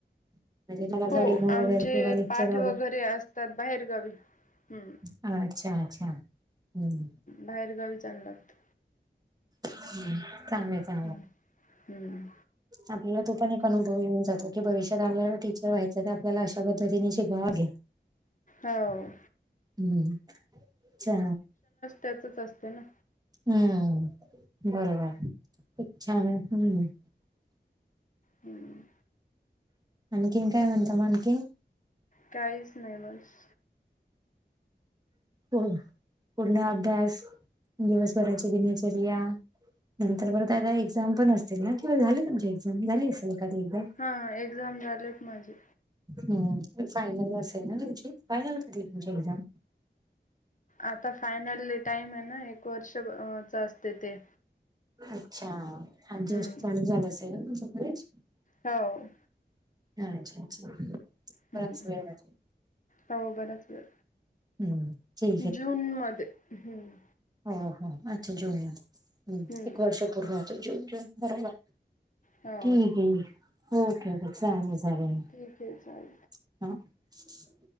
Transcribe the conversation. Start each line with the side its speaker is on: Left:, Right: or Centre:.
Right: म्हणजे मला असा
Left: हो
Right: डेमो
Left: आमचे
Right: वगैरे किंवा लेक्चर
Left: पाठ वगैरे असतात बाहेरगावी हम्म.
Right: अच्छा अच्छा हम्म.
Left: बाहेर गावी जा लागत.
Right: ह चांगले चां
Left: हम् हम्म.
Right: आपल्याला तो पण एक अनुभव येऊन जातो की भविष्यात आपल्याला टीचर व्हाय च आपल्याला अशा पद्धतीने शिकावा लागेल.
Left: हो.
Right: हम्म्, चा.
Left: त्यातच असते ना.
Right: हम्म, बरोबर, खूप छान हम्म.
Left: हम्म.
Right: आणखीन काय म्हणता म आणखीन?
Left: काहीच नाही बस
Right: हो, पूर्ण अभ्यास, दिवसभराची दिनचर्या. नंतर बरं <unintelligible> एक्झाम पण असतील ना किंवा झाले तुमची एक्झाम झाली असेल एखादी एक्झाम.
Left: हां एक्झाम झालेत माझे.
Right: हम फायनल असेल ना तुमची फायनल कधी तुमची एक्झाम.
Left: आता फायनल टाइम आहे ना एक वर्षच असते ते.
Right: अच्छा <unintelligible> दिवस
Left: हम्म.
Right: चालू झाल असेल ना तुमचं कॉलेज.
Left: हाव.
Right: हा अच्छा -अच्छा बराच
Left: हम्म
Right: वेळ आहे अजून.
Left: हो बराच वेळ,
Right: हम्म ठीक
Left: जून मध्ये हम्.
Right: हा हा अच्छा जून मध्ये, हम
Left: हम्म.
Right: एक वर्ष पूर्व होतय जून -जून बरोबर.
Left: हो.
Right: ठीक ये, ओके ओके चालेल चालेल.
Left: ठीक आहे चाल
Right: <unintelligible>